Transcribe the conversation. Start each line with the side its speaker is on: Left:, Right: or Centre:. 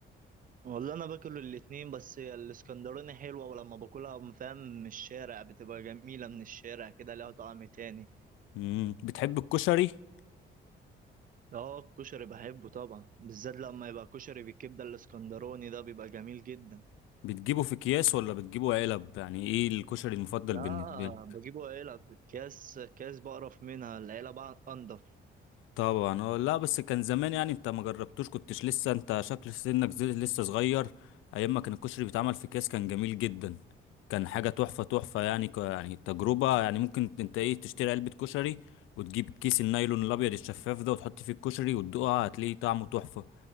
Right: والله انا باكل الاتنين بس هي الاسكندراني حلوه ولما باكلها من- فاهم من الشارع بتبقى جميله من الشارع كده ليها طعم تاني
Left: مم. بتحب الكشري
Right: اه الكشري بحبه طبعا بالذات لما يبقى كشري بالكبده الاسكندراني ده بيبقى جميل جدا
Left: بتجيبه في اكياس ولا بتجيبه علب يعني ايه الكشري المفضل
Right: لا
Left: بالنسبة لك
Right: بجيبه علب بالكاس كاس بقرف منها العلب بقى انضف
Left: طبعا اه لا بس كان زمان يعني انت ما جربتوش كنتش لسه انت شكل سنك زي- لسه صغير ايام ما كان الكشري بيتعمل في كاس كان جميل جدا كان حاجه تحفه تحفه يعني ك... يعني تجربه يعني ممكن انت ايه تشتري علبه كشري وتجيب كيس النايلون الابيض الشفاف ده وتحط فيه الكشري وتدوقها هتلاقيه طعمه تحفه